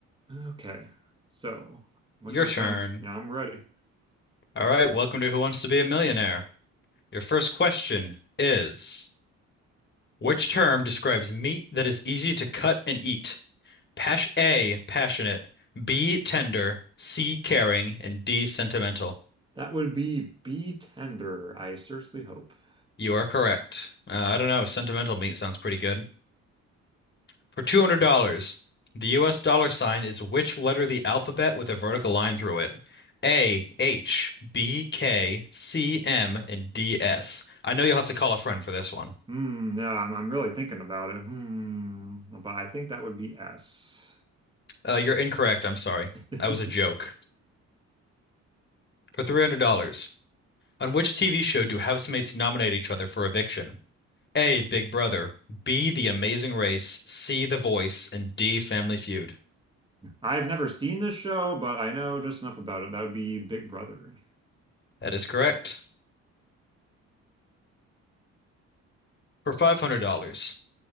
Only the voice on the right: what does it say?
Okay. So, looks
like
I'm yeah, I'm ready.
That would be be tender, I seriously hope. <laughs>
Hmm, yeah, I'm, I'm really thinking about it. Hmm, but I think that would be S.
<laughs>
I've never seen this show, but I know just enough about it. That would be Big Brother.